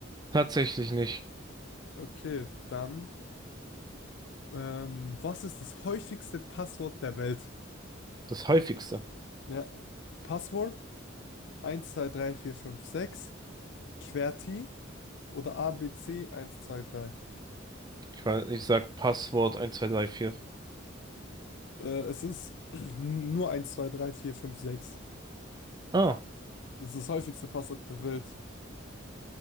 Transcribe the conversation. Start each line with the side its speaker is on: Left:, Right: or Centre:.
Right: tatsächlich nicht.
Left: Okay, dann, ähm, was ist das häufigste Passwort der Welt?
Right: Das häufigste.
Left: Ja, Passwort 1, 2, 3, 4, 5, 6, QWERTY oder ABC 1, 2, 3.
Right: Ich meine, ich sag Passwort 1, zwei drei vier
Left: Äh, es ist <clears throat> nur 1, 2, 3, 4, 5, 6.
Right: Ah,
Left: Das ist das häufigste Passwort der Welt.